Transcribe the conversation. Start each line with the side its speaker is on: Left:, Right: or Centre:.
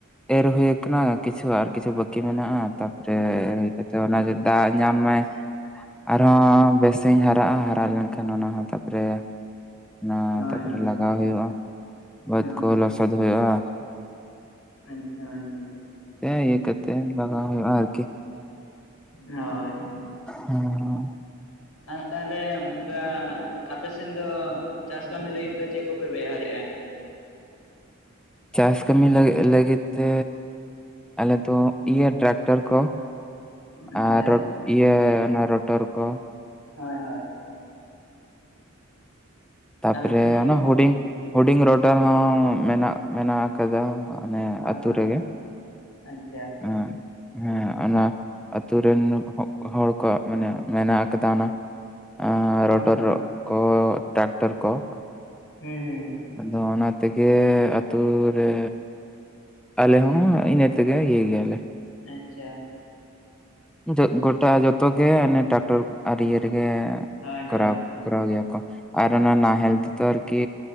Centre: ᱮᱨ ᱦᱩᱭᱩᱜ ᱠᱟᱱᱟ ᱜᱚᱢᱠᱮ ᱾ ᱛᱷᱚᱲᱟ ᱟᱨ ᱠᱤᱪᱷᱩ ᱵᱟᱹᱠᱤ ᱢᱮᱱᱟᱜᱼᱟ ᱛᱟᱯᱚᱨᱮ ᱠᱟᱛᱮ ᱚᱱᱟ ᱜᱮ ᱫᱟᱜ ᱧᱟᱢ ᱢᱟᱭ ᱾ ᱟᱨᱦᱚᱸ ᱵᱮᱥ ᱥᱟᱦᱤᱸᱡ ᱦᱟᱨᱟᱜᱼᱟ, ᱦᱟᱨᱟ ᱞᱮᱱᱠᱷᱟᱱ ᱚᱱᱟ ᱦᱚᱸ ᱛᱟᱯᱚᱨᱮᱼᱼ ᱚᱱᱟ
Left: ᱦᱳᱭ
Centre: ᱛᱟᱨᱯᱚᱨᱮ
Left: ᱦᱳᱭ
Centre: ᱞᱟᱜᱟᱣ ᱦᱩᱭᱩᱜᱼᱟ, ᱵᱟᱹᱫᱽ
Left: ᱦᱳᱭ
Centre: ᱠᱚ ᱞᱚᱥᱚᱫ ᱦᱩᱭᱩᱜᱼᱟ ᱾
Left: ᱟᱪᱪᱷᱟ <inaudible>
Centre: ᱤᱭᱟᱹ ᱠᱟᱛᱮᱫ ᱞᱟᱜᱟᱣ ᱦᱩᱭᱩᱜᱼᱟ ᱟᱨᱠᱤ ᱾
Left: ᱦᱳᱭ <inaudible>
Centre: ᱦᱮᱸ
Left: ᱟᱨ ᱛᱟᱦᱚᱞᱮ ᱚᱱᱠᱟ ᱟᱯᱮᱥᱮᱱ ᱫᱚ ᱪᱟᱥ ᱠᱟᱹᱢᱤ ᱞᱟᱹᱜᱤᱫ ᱫᱚ ᱪᱮᱫ ᱠᱚᱯᱮ ᱵᱮᱣᱦᱟᱨᱮᱫᱼᱟ?
Centre: ᱪᱟᱥ ᱠᱟᱹᱢᱤ ᱞᱟᱹᱜᱤᱫ ᱞᱟᱹᱜᱤᱫ ᱛᱮᱼᱼ ᱟᱞᱮ ᱫᱚ ᱤᱭᱟᱹ ᱴᱨᱟᱠᱴᱚᱨ ᱠᱚ,
Left: ᱟᱪᱪᱷᱟ
Centre: ᱟᱨᱼᱼ ᱤᱭᱟᱹ ᱚᱱᱟ ᱨᱚᱴᱚᱨ ᱠᱚ ᱾
Left: ᱦᱳᱭ ᱦᱳᱭ ᱾
Centre: ᱛᱟᱯᱚᱨᱮ
Left: ᱟᱞᱮ ᱥᱮᱱ ᱦᱚᱸ
Centre: ᱚᱱᱟ ᱦᱩᱰᱤᱧ, ᱦᱩᱰᱤᱧ ᱨᱚᱴᱟᱨ ᱦᱚᱸ ᱢᱮᱱᱟᱜᱼᱟ ᱢᱮᱱᱟᱜᱼᱼ ᱠᱟᱫᱟ, ᱢᱟᱱᱮ
Left: ᱦᱳᱭ
Centre: ᱟᱛᱩ
Left: ᱦᱳᱭ
Centre: ᱨᱮᱜᱮ ᱾
Left: ᱟᱪᱪᱷᱟ ᱾
Centre: ᱟᱨ ᱦᱮᱸ ᱚᱱᱟ ᱟᱛᱳ ᱨᱮᱱ ᱦᱚᱲ ᱠᱚᱣᱟᱜ ᱢᱟᱱᱮ ᱢᱮᱱᱟᱜ ᱟᱠᱟᱫᱟ ᱚᱱᱟ ᱾ ᱟ
Left: ᱦᱳᱭ
Centre: ᱨᱚᱴᱚᱨᱚᱜ
Left: ᱦᱳᱭ ᱦᱩᱸ
Centre: ᱠᱚ, ᱴᱨᱟᱠᱴᱟᱨ ᱠᱚ ᱾
Left: ᱦᱮᱸ ᱦᱩᱸ ᱾
Centre: ᱟᱫᱚ ᱚᱱᱟ ᱛᱮᱜᱮ ᱟᱛᱩ ᱨᱮᱼᱼ ᱟᱞᱮ ᱦᱚᱸ ᱤᱱᱟᱹ ᱛᱮᱜᱮ ᱤᱭᱟᱹᱭ ᱜᱮᱭᱟᱞᱮ ᱾
Left: ᱟᱪᱪᱷᱟ
Centre: ᱡᱚᱛ ᱜᱚᱴᱟ ᱡᱚᱛᱚ ᱜᱮ ᱚᱱᱮ ᱴᱨᱟᱠᱴᱚᱨ ᱟᱨ ᱤᱭᱟᱹ ᱨᱮᱜᱮᱼᱼ
Left: ᱦᱳᱭ
Centre: ᱠᱚᱨᱟᱣ,
Left: ᱦᱳᱭ
Centre: ᱠᱚᱨᱟᱣ ᱜᱮᱭᱟ ᱠᱚ ᱟᱨ
Left: ᱦᱳᱭ
Centre: ᱚᱱᱟ
Left: ᱦᱳᱭ
Centre: ᱱᱟᱦᱮᱞ ᱛᱮᱫᱚᱼᱼ ᱠᱤ